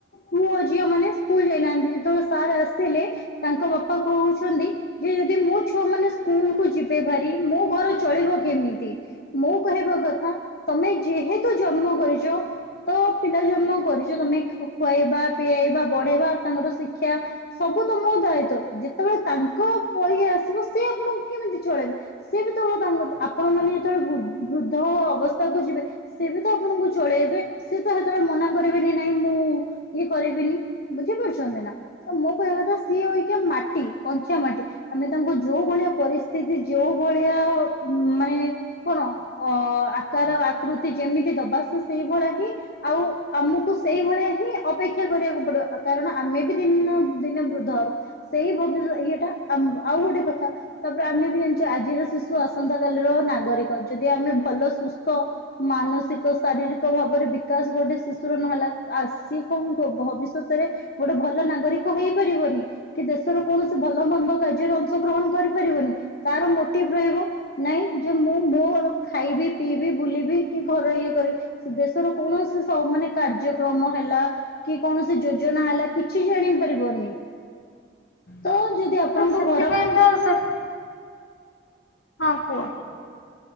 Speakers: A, on the left (about 50°); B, on the left (about 75°).
A: ପୁଅ ଝିଅ ମାନେ ସ୍କୁଲ ଯାଇନାହାନ୍ତି। ଯେତେବେଳେ ସାର ଆସିଲେ ତାଙ୍କ ବାପା କହୁଚ ଛନ୍ତି ଯେ ଯଦି ମୋ ଛୁଆ ମାନେ ସ୍କୁଲ କୁ ଯିବେ ଭାରି, ମୋ ଘର ଚଳିବ କେମିତି? ମୁଁ କହିବା କଥା ତମେ ଯେହେତୁ ଜନ୍ମ କରିଚ ତ ପିଲା ଜନ୍ମ କରିଚ ତମେ ଖୁଆଇବା, ପିଆଇବା, ବଢେଇବା, ତାଙ୍କର ଶିକ୍ଷା ସବୁ ତ ମୋ ଦାୟିତ୍ୱ ଯେତେବେଳେ ତାଙ୍କ ବଇଆ ଆସିବ ସିଏ ଆପଣଙ୍କୁ କେମିତି ଚଳେଇବେ? ସେବି ତ ହ ତାଙ୍କୁ ଆପଣ ମାନେ ଯେତେବେଳେ ବୁ ବୃଦ୍ଧ ଅବସ୍ଥାକୁ ଯିବେ ସେ ବି ତ ଆପଣଙ୍କୁ ଚଳେଇବେ। ସେ ତ ସେତେବେଳେ ମନା କରିବେନି ନାଇଁ ମୁଁ ଇଏ କରିବିନି ବୁଝିପାରୁଛନ୍ତି ନା। ତ ମୋ କହିବା କଥା ସିଏ ଅଇକା ମାଟି କଞ୍ଚା ମାଟି ଆମେ ତାଙ୍କୁ ଯୋଉ ଭଳିଆ ପରିସ୍ଥିତି ଯୋଉ ଭଳିଆ ମାନେ କଣ ଅ ଆକାର ଆକୃତି ଯେମିତି ଦବା ସେ ସେଇଭଳିଆ ହିଁ ଆଉ ଆମକୁ ସେଇଭଳିଆ ହିଁ ଅପେକ୍ଷା କରିବାକୁ ପଡିବ। କାରଣ ଆମେ ବି ଦିନେ ନା ଦିନେ ବୃଦ୍ଧ ହବା। ସେଇ ଭବିଷ୍ୟ ଇଏଟା ଆମବା ଆଉ ଗୋଟେ କଥା ତାପରେ ଆମେ ବି ଜାଣିଛୁ ଆଜିର ଶିଶୁ ଆସ ସନ୍ତା କାଲିର ନାଗରିକ ଯଦି ଆମେ ଭଲ ସୁସ୍ଥ ମାନସ ସିକ ଶାରୀରିକ ଭାବରେ ବିକାଶ ଗୋଟେ ଶିଶୁର ନହେଲା ଆ ସେ କଣ ଭବିଷ୍ୟତରେ ଗୋଟେ ଭଲ ନାଗରିକ ହେଇପାରିବନି କି ଦେଶର କୌଣସି ଭଲ ମନ୍ଦ କାର୍ଯ୍ୟରେ ଅଂଶଗ୍ରହଣ କର ପାରିବନି ତାର ମୋଟିଭ ରହିବ ନାଇଁ ଯେ ମୁଁ ମୋ ଖାଇବି ପିଇବି ବୁଲିବି କି ଘର ଇଏ କରିବି ଦେ ଶର କୌଣସି ସବୁ ମାନେ କାର୍ଯ୍ୟକ୍ରମ ହେଲା କି କୌଣସି ଯୋଜନା ହେଲା କିଛି ଜାଣି ପାରିବନି। ତ ଯଦି ଆପଣଙ୍କ
B: ସେଥିପାଇଁ
A: ଘର
B: ତ ସେ ହଁ କୁଅ।